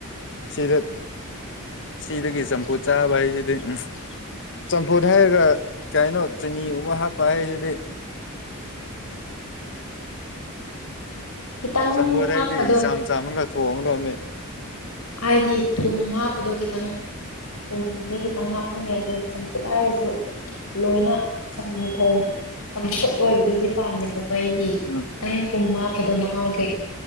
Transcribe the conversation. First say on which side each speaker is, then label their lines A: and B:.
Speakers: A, on the left; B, on the left.
A: ꯁꯤꯗ ꯁꯤꯗꯒꯤ ꯆꯝꯐꯨꯠ ꯆꯥꯕ ꯍꯥꯏꯁꯤꯗꯤ ꯎꯝ ꯆꯝꯐꯨꯠ ꯍꯥꯏꯔꯒ ꯀꯩꯅꯣ ꯆꯤꯅꯤꯒꯨꯝꯕ ꯍꯥꯞꯄ ꯍꯥꯏꯁꯤꯗꯤ
B: ꯈꯤꯇꯪ
A: ꯆꯝꯐꯨꯠꯗ
B: ꯍꯥꯞꯄꯗꯣ
A: ꯍꯥꯏꯕꯗꯤ ꯏꯆꯝ ꯆꯝꯃꯒ ꯊꯣꯡꯉꯗꯕꯅꯤ
B: ꯍꯥꯏꯗꯤ ꯊꯨꯝ ꯍꯥꯞꯄꯗꯣ ꯈꯤꯇꯪ ꯊꯨꯝꯗꯤ ꯈꯤꯇꯪ ꯍꯥꯞꯅꯤꯡꯉꯦ ꯑꯗꯨ ꯆꯝꯐꯨꯠ ꯍꯥꯏꯔꯁꯨ ꯂꯣꯏꯅ ꯆꯝꯅ ꯊꯣꯡ <unintelligible> ꯑꯣꯏꯕꯗꯨꯗꯤ ꯄꯥꯝꯗꯦꯕꯀꯣ ꯑꯩꯗꯤ
A: ꯎꯝ
B: ꯑꯩꯅ ꯊꯨꯝ ꯍꯥꯞꯄꯗꯣ ꯃꯍꯥꯎꯒꯤ